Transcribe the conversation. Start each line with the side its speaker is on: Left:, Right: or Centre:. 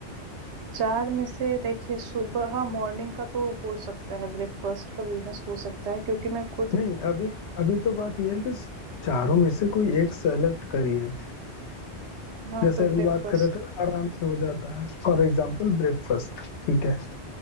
Right: चार में से देखिए सुबह हाँ मॉर्निंग का तो हो सकता है ब्रेकफास्ट का बिजनेस हो सकता है क्योंकि मैं खुद
Left: नहीं अभी अभी तो बात यह है कि स- चारों में से कोई एक सेलेक्ट करिए
Right: हाँ
Left: जैसे
Right: तो
Left: अभी
Right: ब्रेकफास्ट
Left: बात कर रहे थे ना आराम से हो जाता है For example breakfast ठीक है